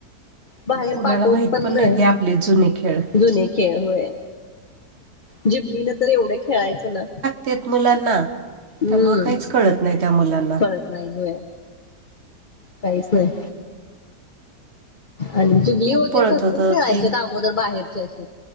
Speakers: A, on the left; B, on the right.
A: बाहेर
B: कुणाला
A: पाठवत
B: माहित
A: पण नाही
B: नाहीत हे आपले जुने खेळ
A: जुने खेळ होय. जिबलीन तर एवढ खेळायचो ना
B: तेत मुलांना
A: हम्म
B: त्यामुळ काहीच कळत नाही त्या मुलांना.
A: कळत नाही व्हय. काहीच नाही. आणि जिबली
B: खूप
A: वगैरे
B: पळत
A: भरपूर
B: होतं
A: खेळायचेत
B: ते
A: आगोदर बाहेरचे आसे.